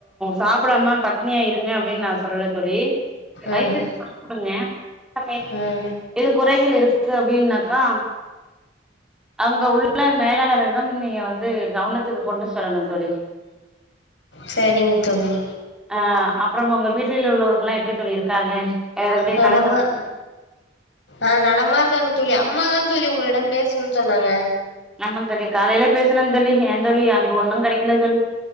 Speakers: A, in the centre; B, on the left.
A: சாப்டாம பட்னியா இருங்க அப்டின்னு நான் சொல்லல தோழி வய்த்துக்கு
B: ம்
A: சாப்டுங்க <unintelligible>
B: ம்
A: குறை இதுல இருக்கு அப்டின்னாக்கா அங்க உள்ள மேலாளர்களிடம் நீங்க வந்து கவனத்துக்கு கொண்டு செல்லணு தோழி
B: சரிங்க தோழி
A: ஹா அப்புறம் உங்க வீட்டில் உள்ளவர்கள் எல்லாம் எப்டி தோழி இருக்காங்க எல்லார்கிட்டயு
B: நலமா
A: கலந்துர
B: ஆஹ் நலமா இருக் ங்காங்க தோழி அம்மாதான் தோழி உங்களிடம் பேசணுன்னு சொன்னாங்க
A: நம்ம இப்ப இது காலைல பேசலா தோழி ஏன் தோழி அங்க ஒன்னும் கெடைக்கல தோழி